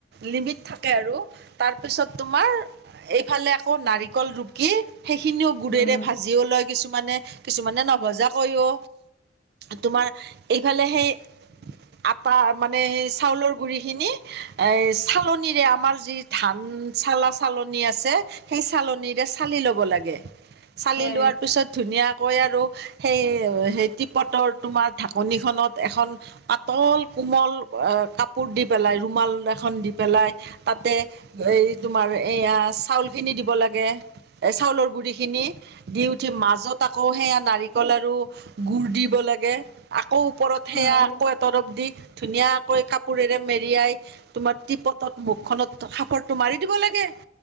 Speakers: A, on the right (about 55°); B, on the left (about 50°).
A: লিমিট থাকে আৰু তাৰ পিছত পিছত তোমাৰ এইফালে আকৌ নাৰিকল ৰুকি সেইখিনিও গুৰেৰে
B: উম
A: ভাজিও লয় কিছু মানে কিছুমানে নভজা কৰিও তোমাৰ এইফালে সেই আটা মানে সেই চাউলৰ গুৰিখিনি এ চালনিৰে আমাৰ যি ধান চালা চালনি আছে সেই চালনি চালি ল'ব লাগে চালি
B: হয়
A: লোৱাৰ পিছত ধুনীয়া কৈ আৰু সেই হেই টিপটৰ তোমাৰ ঢাকনিখনত এখন পাতল কোমল কাপোৰ দি পেলাই ৰুমাল এখন দি পেলাই তাতে এই তোমাৰ এইয়া চাউলখিনি দিব লাগে। এ চাউলৰ গুৰি খিনি দি উঠি মাজত আকৌ সেয়া নাৰিকল আৰু গুড় দি। লাগে আকৌ ওপৰত
B: হয়
A: সেয়া আকৌ এতৰফ দি। ধুনীয়াকৈ কাপোৰেৰে মেৰিয়াই তোমাৰ টিপটত মুখখনত সাপৰটো মাৰি দিব লাগে।